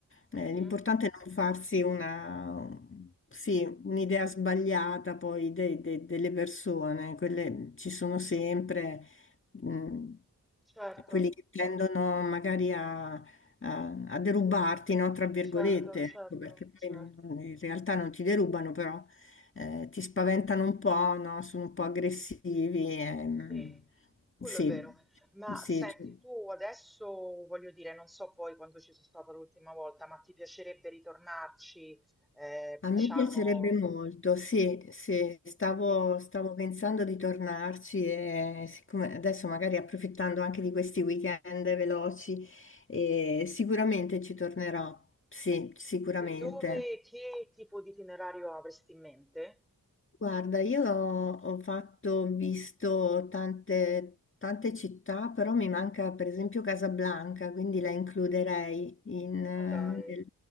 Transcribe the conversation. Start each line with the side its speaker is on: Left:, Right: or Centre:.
Centre: mhm.
Left: Eh, l'importante è non farsi una... Sì, un'idea sbagliata poi de- de- delle persone, quelle ci sono sempre, mm,
Centre: Certo,
Left: quelli che tendono magari a, a- a derubarti, no? Tra virgolette,
Centre: certo, certo,
Left: ecco, perché poi
Centre: certo.
Left: non- non- in realtà non ti derubano, però eh, ti spaventano un po', no? Sono un po' aggressivi. ehm,
Centre: Sì, quello
Left: sì,
Centre: è vero. Ma
Left: sì,
Centre: senti,
Left: cioè,
Centre: tu adesso, voglio dire, non so poi quando ci sono stata l'ultima volta, ma ti piacerebbe ritornarci, eh,
Left: A
Centre: diciamo,
Left: me piacerebbe molto, sì, sì, stavo,
Centre: e
Left: stavo pensando di tornarci e siccome adesso magari approfittando anche di questi weekend veloci, eh, sicuramente ci tornerò, sì, sicuramente.
Centre: E dove, che tipo di itinerario avresti in mente?
Left: Guarda, io ho, ho fatto, ho visto tante, tante città, però mi manca per esempio Casablanca, quindi la includerei in, eh,
Centre: Ma dai.
Left: nel-